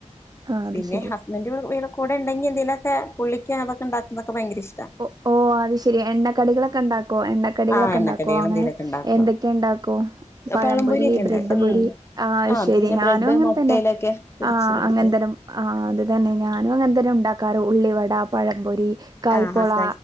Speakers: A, on the right; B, on the left.
A: ആഹ് അത്
B: പിന്നെ
A: ശരി
B: ഹസ്ബന്റ് വ്ടെ കൂടെണ്ടെങ്കി എന്തെലെക്കെ പുള്ളിക്കതൊക്കെണ്ടാക്കുന്നൊക്കെ ഭയങ്കര ഇഷ്ട
A: ഒഹ് ഓഹ് അത് ശെരി എണ്ണക്കടികളൊക്കെണ്ടാക്കോ എണ്ണക്കടികളൊക്കെണ്ടാക്കോ
B: ആ എണ്ണക്കടികൾ
A: അങ്ങനെ
B: എന്തേലുമൊക്കെ ഉണ്ടാക്കും
A: എന്തൊക്കെയണ്ടാക്കും? പഴംപൊരി
B: പഴംപൊരിയൊക്കെ
A: ബ്രെഡ്
B: ഉണ്ട് ഉം
A: പൊരി ആഹ് അയ്ശെരി
B: ആ പിന്നെ
A: ഞാനും
B: ബ്രെഡ്
A: അങ്ങൻതന്നെ
B: മുട്ടയിലൊക്കെ പൊരിച്ചെടുക്കും
A: ആഹ് അങ്ങന്തനെ ആഹ് അത് തന്നെ ഞാനും അങ്ങൻ തന്നെ ഉണ്ടാക്കാറ് ഉള്ളിവട, പഴംപൊരി കായ്പോള
B: ആഹ് ഹസ്